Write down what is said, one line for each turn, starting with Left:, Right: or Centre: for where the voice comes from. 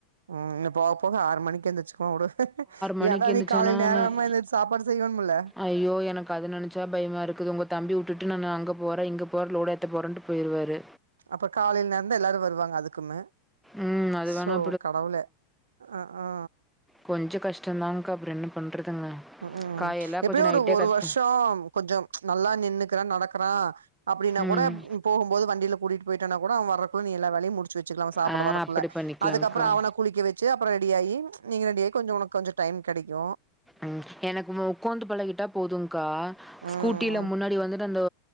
Right: ம் இன்னு போக போக ஆறு மணிக்கு எந்திருச்சுக்குவா விடு
Centre: மணிக்கு
Right: ஏனா
Centre: எந்திரிச்சானா,
Right: நீ காலைல நேரமா
Centre: நான்
Right: எந்திரிச்சு சாப்பாடு செய்யணும்ல
Centre: ஐயோ எனக்கு அத நெனச்சா பயமா இருக்குது உங்க தம்பி வுட்டுட்டு நா அங்க போறே இங்க போ பொருள் லோட் ஏத்த போறேன்னு போயிருவாரு
Right: அப்ப காலையில நேரந்தா எல்லாரு வருவாங்க அதுக்குமே
Centre: ம். அது வேணா
Right: சோ கடவுளே அ ஆ
Centre: கொஞ்சோ கஷ்டோ தான்கா அப்புறோ என்ன பண்றதுங்க
Right: ம்
Centre: காயெல்லா
Right: எப்பயோ
Centre: கொஞ்சோ நைட்டே
Right: ஒரு ஒரு
Centre: கட்
Right: வருஷோ கொஞ்சோ நல்லா நின்னுக்ரே நடக்குறா அப்டின்னா
Centre: ம்.
Right: கூட போகும்போது வண்டியில கூட்டிட்டு போயிட்டோனா கூட அவெ வரக்குள்ள நீ எல்லா வேலையு முடிச் ச்சு வச்சுலா சாப்ட
Centre: ஆ
Right: வரக்குள்ள
Centre: அப்படி பண்ணிக்கலாம்க்கா.
Right: அதுக்கப்புறோ அவனுக் குளிக்க வச்சு அப்புறோ ரெடி ஆகி நீங்க ரெடி ஆகி கொஞ்சோ உனக்கு கொஞ்சோ டைம் கிடைக்கு
Centre: ம் எனக்கு உக்காந்து பழகிட்டா போதும்கா ஸ்கூட்டியில
Right: ம்
Centre: முன்னாடி வந்துட்டு அந்த